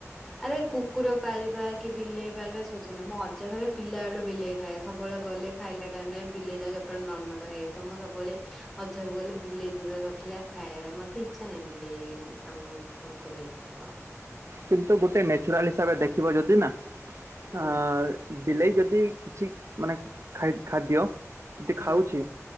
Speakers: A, in the centre; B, on the right.
A: ଆରେ କୁକୁର ପାଳିବା କି ବିଲେଇ ପାଳିବା ଶୋଚନୀୟ ମୋ ଅଜା ଘରେ ପିଲା ବେଳୁ ବିଲେଇ ଥାଏ ସବୁବେଳେ ଗଲେ ଖାଇଲା ଟାଇମ୍ ରେ ବିଲେଇ ଯାକ ଏପଟେ ନଡ଼ ନଡ଼ ହୁଏ ତ ମୁଁ ସବୁବେଳେ ଅଜାଘରକୁ ଗଲେ ବିଲେଇ ଦୂରରେ ର ଥିଲା ଖାଇବାର ମତେ ଇଚ୍ଛା ନାହିଁ <unintelligible> ଆମ କୁକୁର <unintelligible>
B: କିନ୍ତୁ ଗୋଟେ ନ୍ୟାଚୁରାଲ ହିସାବରେ ଦେଖିବ ଯଦି ନା
A: ହୁଁ
B: ଆ ବିଲେଇ ଯଦି କିଛି ମାନେ ଖାଇ ଖାଦ୍ୟ <unintelligible>
A: ହୁଁ
B: ଖାଉଛି।